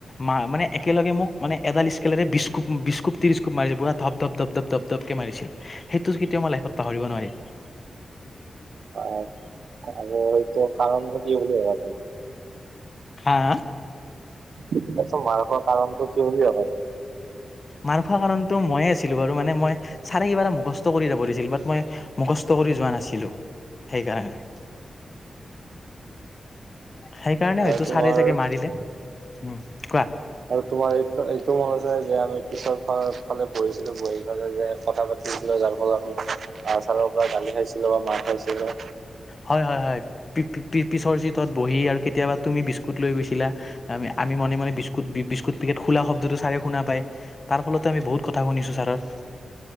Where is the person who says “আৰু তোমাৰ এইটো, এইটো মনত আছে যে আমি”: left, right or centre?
Right